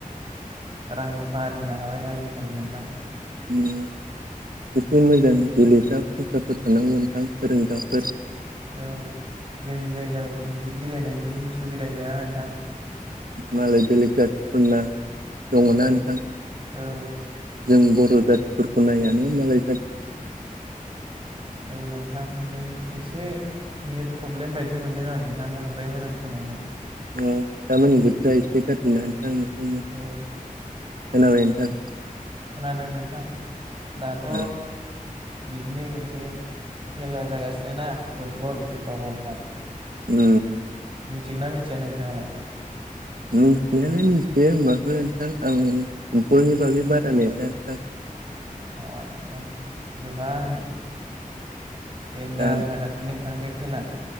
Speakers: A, on the right; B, on the right.
A: रां रुफा आर्जिनो हाबाय आजिखालि नोंथां
B: उ एसे मोजां गेलेग्रा कसारफोर थांनांगौ नोंथां फोरोंग्राफोर
A: औ जोंनि जायगायाव बिदि गेलेनायनि सुबिदा गैयाना नोंथां
B: मालाय बेलेग जाथिफोरना दङना नोंथां
A: औ
B: जों बर' जाथिफोरखौ नायानो मालाय जाथि
A: औ नोंथां नों एसे नेट प्रब्लेम बायदि मोनदों आं नोंथां बांद्राय मोजां खोनायाखाय
B: अ दामोननि बोथोरा एसे जाफिदों ना नोंथां थां आं बेखौनो खोनाबाय
A: औ
B: नोंथां
A: खोनादों नोंथां दाथ'
B: ओ
A: बिदिनो मोनसे खेला जागासिनो ना फुटबल फिफा वर्ल्ड काप
B: उ
A: मिथिगोना मिथिया नोंथाङालाय
B: मिथिनायालाय मिथियो होमबाबो नोंथां आं फुटबलनि बागै बारा मिथिया नोंथां
A: अ नोंथां गोबां दडन्जार
B: दा
A: जागासिनो नोंथां बे खेला